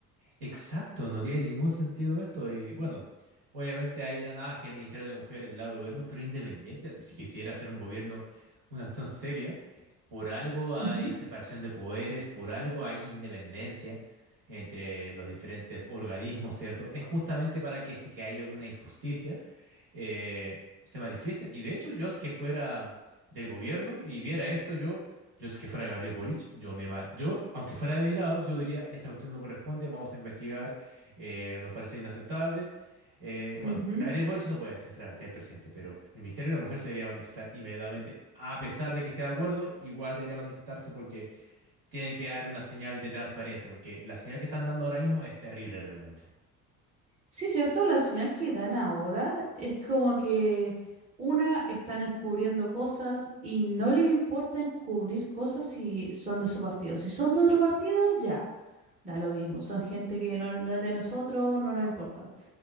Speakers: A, on the right; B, on the right.
A: Exacto, no tiene ningún sentido esto. Y bueno, obviamente ahí dirán, ah, es que el Ministerio de la Mujer es del lado del gobierno, pero independiente, si quisiera hacer un gobierno, una acción seria, por algo hay
B: Ujú,
A: separación de poderes, por algo hay independencia entre los diferentes organismos, ¿cierto? Es justamente para que si que hay alguna injusticia eh, se manifiesten. Y de hecho, yo si que fuera del gobierno y viera esto, yo, yo si que fuera Gabriel Boric, yo me ma- yo, aunque fuera de mi lado, yo diría, esta cuestión no corresponde, vamos a investigar, eh, nos parece inaceptable. Eh,
B: ujú.
A: bueno, Gabriel Boric no puede, sinceramente, el presidente, pero el Ministerio de la Mujer se debería manifestar inmediatamente, a pesar de que esté de acuerdo, igual debería manifestarse porque tienen que dar una señal de transparencia, porque la señal que están dando ahora mismo es terrible realmente.
B: Sí, cierto, la señal que dan ahora es como que una están encubriendo cosas y no les importa encubrir cosas si son de su partido. Si son de otro partido, ya, da lo mismo. Son gente que no, no es de nosotros, no nos importa